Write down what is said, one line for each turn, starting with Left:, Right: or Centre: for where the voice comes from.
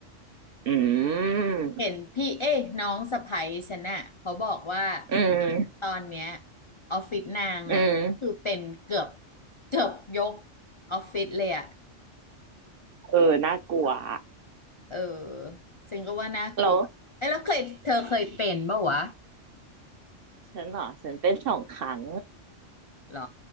Right: อืม
Left: เห็นพี่เอ้ยน้องสะใภ้ฉันน่ะเขาบอกว่า
Right: อืม
Left: ตอนเนี้ยออฟฟิศนางอ่ะคือเป็นเกือบ
Right: อืม
Left: เกือบยกออฟฟิศเลยอ่ะ
Right: เออน่ากลัวอะ
Left: เออฉันก็ว่าน่ากลัวเอ้ยแล้วเคยเธอเคยเป็นปะวะ
Right: แล้วฉันเหรอฉันเป็นสองครั้ง
Left: หรอ